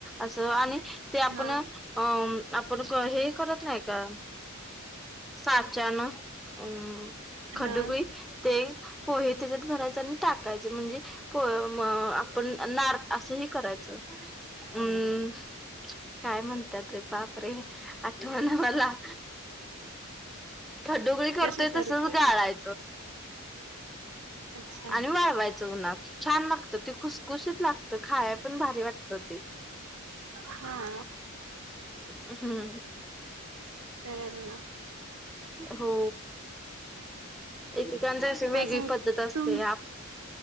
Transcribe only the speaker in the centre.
असं आणि ते आपण
अम आपण हे करत नाही का साचानं अम खडुगळी
ते. पोहे त्याच्यात भरायचे आणि टाकायचे म्हणजे पो म अ पण नार असं ह करायचं अम् काय म्हणत्यात बापरे! आठवना मला. खडूगळी करतोय
तसच गाळाय
आणि वाळवायचं उन्हात. छान लाग लागत ते खुशखुशीत लागत. खायाय पण भारी वाटत ते.
हम्म.
हो. एकेकांचे अशी वेगळी
पद्धत असते.
आप